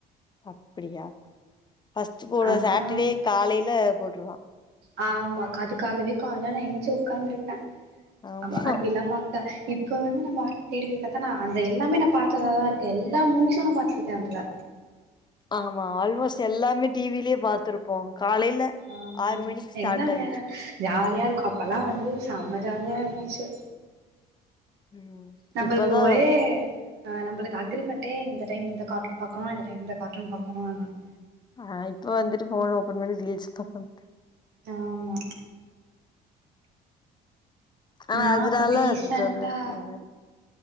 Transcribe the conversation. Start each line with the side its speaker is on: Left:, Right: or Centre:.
Left: அப்டியா ஃபஸ்ட் போடுவ
Right: அப்றோ
Left: சாட்டர்டே காலையில போட்ருவா
Right: ஆ ஆமா அதுக்காகவே கால்ல நா எஞ்சு உக்காந்துருப்பே
Left: ஆமா
Right: அவ அருவிலா பாக்க இப்ப வந்து நம்ம ஆ தேடி போய் ஆனா அந்த எல்லாமே நா பாத்ததாதா இருக்கு எல்லா மூவீஷு நா பாத்திருக்கே அதுல
Left: ஆமா ஆல்மோஸ்ட் எல்லாமே டிவிலயே பாத்துருப்போ காலையில
Right: ஆமா
Left: ஆறு மணிக்கு ஸ்டார்ட்
Right: என்னவேல
Left: ஆயிரு
Right: ஜா ஜாலியா இருக்கு அப்பல்லா வந்து செம்ம ஜாலியா இருந்துச்சு
Left: ம்
Right: நம்ளுக்கு
Left: இப்பதா
Right: ஒரே ஆ நம்மளுக்கு அக்ரிமெண்டே இந்த டைம் இந்த கார்ட்டூன் பாக்கலா இந்த டைம் இந்த கார்ட்டூன் பாக்கணு <unintelligible>
Left: ஆ இப்ப வந்துட்டு ஃபோன் ஓப்பன் பண்ணி ரீல்ஸ் பாக்க
Right: தஆமா
Left: ஆனா
Right: நா
Left: அதுனல்லாருக்கு
Right: இப்ப ரீசன்டா
Left: சொல்ரக்கு ஒரு மாதிரி